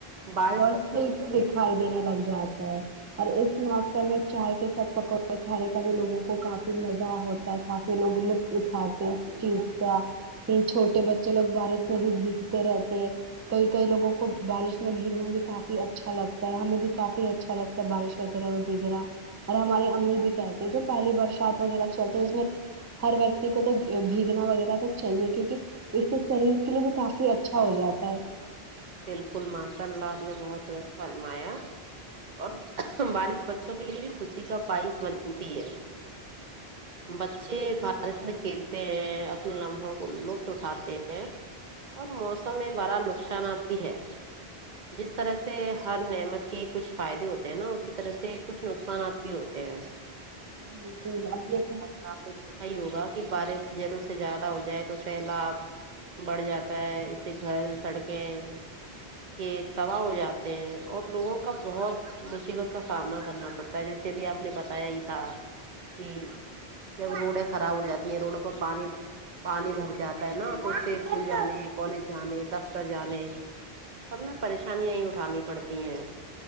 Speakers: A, on the right; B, on the right.
A: بارش
B: اور
A: بچوں
B: کھیل
A: کی
B: کے دکھائی دینے لگ جاتا ہے اور اس موقع میں چائے کے کب پکو کھانے کا بھی لوگوں کو کافی مزہ ہوتا ہے کافی لوگ لطف اٹھاتے ہیں چیز چھوٹے بچے لوگ بارش میں بھی بھیگتے رہتے کئی کئی لوگوں کو بارش میں بھیگنا بھی کافی اچھا لگتا ہے ہمیں بھی کافی اچھا لگتا ہے بارش وغیرہ میں بھیگنا اور ہماری امی بھی کہتی ہیں جو پہلی برسات وغیرہ چلتی ہے اس میں ہر ویکتی کو تو بھیگنا وغیرہ تو چاہیے کیونکہ اس سے شریر کے لیے بھی کافی اچھا ہو جاتا ہے
A: بالکل ماشاء اللہ آپ نے بہت درست فرمایا اور بارش بچوں کے لیے بھی خوشی کا پائس بنتی ہے بچے بارش میں کھیلتے ہیں اپنے لمحوں کو لطف اٹھاتے ہیں اور موسم میں بڑا نقصانات بھی ہے جس طرح سے ہر نعمت کے کچھ فائدے ہوتے ہیں نا اسی طرح سے کچھ نقصانات بھی ہو تے ہے
B: بالکل اب دیکھا
A: آپ نے دیکھا ہی ہوگا کہ بارش دہرے سے زیادہ ہو جائے تو سیلاب بڑھ جاتا ہے اس سے گھر سڑکیں کھیت تباہ ہو جاتے ہیں اور لوگوں کا بہت مصیبت کا سامنا کرنا پڑتا ہے جیسے ابھی آپ نے بتایا ہی تھا کہ جب روڈیں خراب ہو جاتی ہیں روڈوں پر پانی پانی بھر جاتا ہے نا تو اس سے اسکول جانے کالج جانے دفتر جانے سب میں پریشانیاں ہی اٹھانی پڑتی ہیں